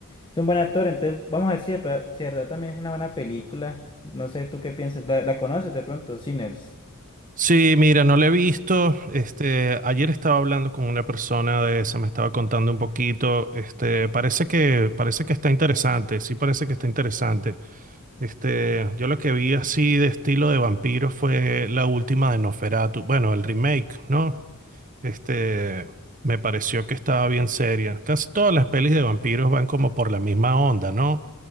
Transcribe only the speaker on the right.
Sí, mira, no la he visto. Este, ayer estaba hablando con una persona de esa, me estaba contando un poquito. Este, parece que, parece que está interesante, sí parece que está interesante. Este, yo lo que vi así de estilo de vampiro fue la última de Nosferatu, bueno, el remake, ¿no? Este, me pareció que estaba bien seria. Casi todas las pelis de vampiros van como por la misma onda, ¿no?